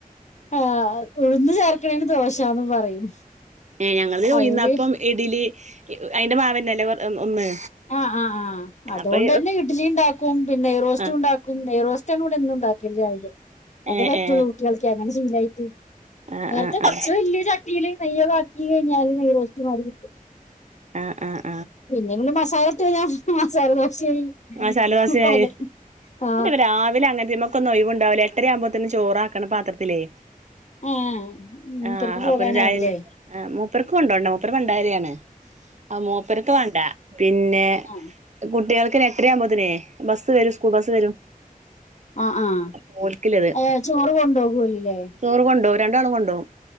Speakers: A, on the left; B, on the right.
A: ആ ഉഴന്ന് ചേർക്ക. ന് ദോഷാന്ന് പറയും.
B: ഏ ഞങ്ങള്
A: അയില്
B: ഉയന്നപ്പം ഇഡലി അയിന്റെ മാവന്നല്ലേ ഒന്ന്.
A: ആഹ് ആ ആ് അതുകൊണ്ടന്നെ
B: അപ്പൊ
A: ഇഡലി ഇണ്ടാക്കും പിന്നെ നെയ്റോസ്റ്റ്
B: ആ
A: ഇണ്ടാക്കും നെയ്റോസ്റ്റാണ് ഇവിടെന്നുണ്ടാക്ക.
B: ഏ
A: അത് പറ്റുള്ളൂ
B: ഏ
A: കുട്ടികൾക്ക് അങ്ങനെ ശീലായിട്ട്.
B: ആ
A: നേരത്തെ
B: ആ ആ
A: കൊറച്ച് വല്യചട്ടീല് നെയൊക്കെ ആക്കി കഴിഞ്ഞാല് നെയ്യറോസ്റ്റ്മാരി കിട്ടും.
B: ആ ആ.
A: പിന്നെണ്ട് മസാലട്ടയിഞ്ഞ മസാല. ദോശയായി
B: ആഹ മസാലോഷായി
A: പല ആ
B: പിന്നെ രാവിലെ അങ്ങനെത്തൊക്കൊന്നും ഒഴവണ്ടാവില്ല എട്ടരയാവുമ്പോ. ത്തിന് ചോറാക്കണം പാത്രത്തിലേ.
A: ആ മൂപ്പർക്ക്
B: ആഹ
A: പോകാനാവൂലേ
B: അപ്പ മൂപ്പർക്കും കൊണ്ടോണ്ട മൂപ്പർ പണ്ടാരയാണ്.. ആ മൂപ്പരക്ക വേണ്ട പിന്നെ
A: ആ
B: കുട്ട്യേൾക്ക് എട്ടരയാമ്പതിനേ. ബസ്സ് വരും ഉസ്കൂൾ ബസ്സ് വരും.
A: ആഹ ആഹ
B: അപ്പോൽക്കില്ലത്
A: ഏ ചോറ് കൊണ്ടോവോൽ ല്ലേ.
B: ചോറ് കൊണ്ടോവും രണ്ടാളും കൊണ്ടോവും.